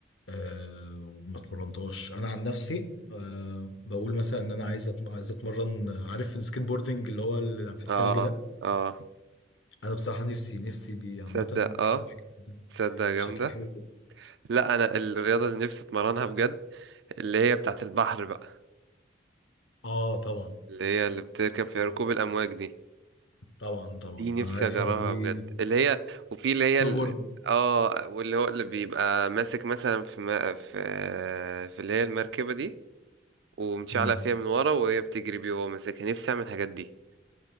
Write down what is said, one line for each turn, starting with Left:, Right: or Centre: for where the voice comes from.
Left: آه وما اتمرنتهاش انا عن نفسي آه بقول مثلا ان انا عايز أتم... عايز اتمرن عارف السكيت بوردنج اللي هو اللي في التلج
Right: اه
Left: ده
Right: اه
Left: انا بصراحه نفسي نفسي دي عامه
Right: تصدق اه
Left: قويه جدا
Right: تصدق جامده
Left: شكلها حلو جدا
Right: لا انا الرياضه اللي نفسي اتمرنها بجد اللي هي بتاعه البحر بقى
Left: اه طبعا
Right: اللي هي اللي بتركب في
Left: آه
Right: ركوب الامواج دي
Left: طبعا طبعا
Right: دي نفسي
Left: انا عارفها
Right: اجربها
Left: دي
Right: بجد اللي هي وفي اللي
Left: سنوبورد
Right: هي ال- اه واللي هو اللي بيبقى ماسك مثلا في ما في في اللي هي المركبه دي ومتشعلق
Left: امم
Right: فيها من ورا وهي بتجري بيه وهو ماسكها نفسي اعمل الحاجات دي